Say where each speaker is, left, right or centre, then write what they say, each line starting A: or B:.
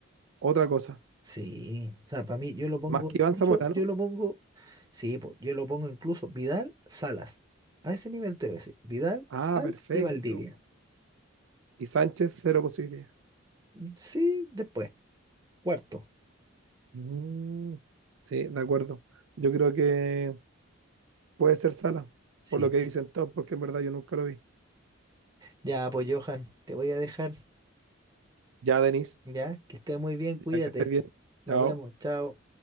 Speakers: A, on the right; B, on the right.
A: Otra cosa.
B: Sí, o sea, para mí yo lo pongo
A: Más que
B: incluso,
A: Iván Zamorano.
B: yo lo pongo, sí, po, yo lo pongo incluso Vidal, Salas. A ese nivel te voy a decir, Vidal,
A: Ah,
B: Salas
A: perfecto.
B: y Valdivia.
A: Y Sánchez, cero posibilidad.
B: Sí, después, cuarto.
A: Mm, sí, de acuerdo. Yo creo que puede ser Sala,
B: Sí.
A: por lo que dicen todos, porque en verdad yo nunca lo vi.
B: Ya, pues Johan, te voy a dejar.
A: Ya, Denis,
B: Ya, que estés muy bien, cuídate.
A: ya que estés bien.
B: Nos
A: Chao.
B: vemos, chao.